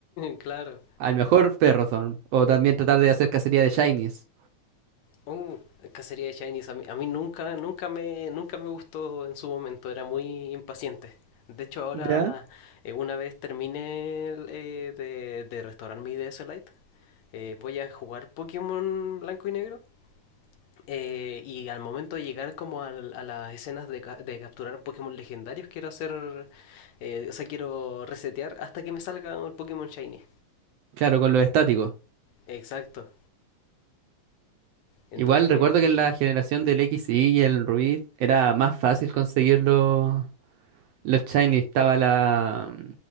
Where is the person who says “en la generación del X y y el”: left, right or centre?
Right